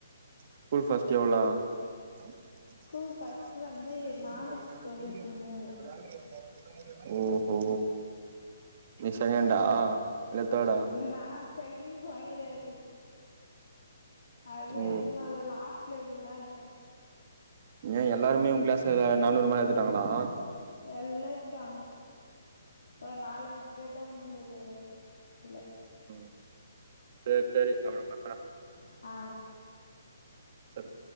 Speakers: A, on the right; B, on the left.
A: ஃஸ்கூல் ஃபஸ்ட் எவ்ளோ <unintelligible>
B: ஸ்கூல் ஃபஸ்ட்டு வந்து நானூத்தி தொண்ணூத்தி மூணு
A: ஓஹோ நீ செகேண்டா இல்ல தேடா
B: நா செகேன்லா கெடயாது அது
A: ஓ
B: எத்தனாவது லாஸ்ட் லெதல்னா விட்டே
A: ஏ எல்லாருமே உங்க கிளாஸ் லா நானூறு மேல எடுத்துட்டாங்களா
B: எல்லா எடுத்தாங்க ஒரு நாலஞ்சு பேர்தா முன்னூறு அது கீழ
A: ம் சேரி சேரி அப்றோ பண்றே
B: ஆ
A: சர்